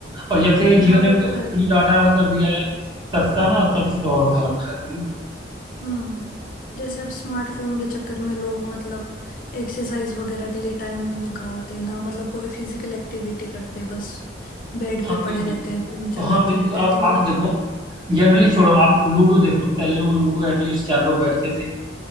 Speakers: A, on the right; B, on the left.
A: और जब से जियो
B: हाँ
A: ने
B: वो तो है
A: फ्री डाटा कर दिया है सस्ता ना तब से तो और हालत खराब है लोग
B: हम्म जैसे आप स्मार्टफोन के चक्कर में लोग मतलब एक्सरसाइज वगैरह के लिए टाइम नहीं निकालते ना मतलब कोई फिजिकल एक्टिविटी करते बस बेड
A: हाँ
B: पे
A: बिल्कुल
B: पड़े रहते हैं फोन चलाते
A: हाँ बिल्कुल
B: रहते
A: आप
B: हैं तो मतलब
A: आप देखो जनरली छोड़ो आप लूडो देख लो पहले लोग लूडो एटलीस्ट चार लोग बैठते थे